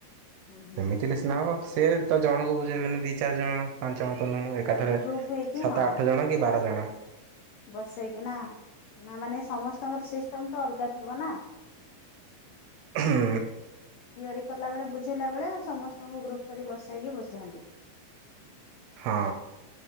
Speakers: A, on the left; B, on the right.
A: ହୁଁ ହୁଁ
B: ସେମିତି ହେଲେ ସିନା ହବ ସିଏ ତ ଜଣଙ୍କୁ ବୁଝେଇବେନି ଦି ଚାରି ଜଣ ପାଞ୍ଚ ଜଣ। ତ ମୁଁ ଏକାଥରେ
A: ଗ୍ରୁପ ହେଇକି
B: ସାତ
A: ହଁ
B: ଆଠ ଜଣ କି ବାର ଜଣ।
A: ବସେଇକି ନା ନା ମାନେ ସମସ୍ତଙ୍କର ସିଷ୍ଟମ ତ ଅଲଗା ଥିବ ନା।
B: ହୁଁ
A: ଥିଓରି କଲା ବଳେ ବୁଝେଇଲା ବେଳେ ସମସ୍ତଙ୍କୁ ଗ୍ରୁପ କରି ବସେଇକି ବୁଝାନ୍ତି।
B: ହଁ